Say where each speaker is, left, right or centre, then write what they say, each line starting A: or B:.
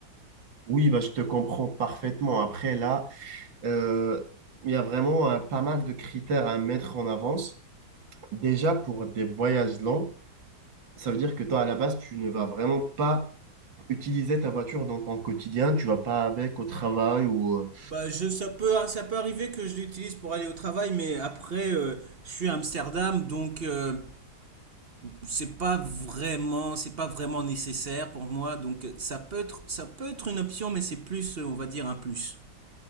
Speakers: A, on the right (about 70°); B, on the right (about 35°).
A: Oui, bah je te comprends parfaitement. Après, là, euh, il y a vraiment euh, pas mal de critères à mettre en avance. Déjà, pour des voyages longs, ça veut dire que toi, à la base, tu ne vas vraiment pas utiliser ta voiture dans ton quotidien, tu vas pas avec au travail ou... euh,
B: Bah, je, ça peut, ça peut arriver que je l'utilise pour aller au travail, mais après, euh, je suis à Amsterdam, donc euh, c'est pas vraiment, c'est pas vraiment nécessaire pour moi. Donc, euh, ça peut être, ça peut être une option, mais c'est plus, euh, on va dire, un plus.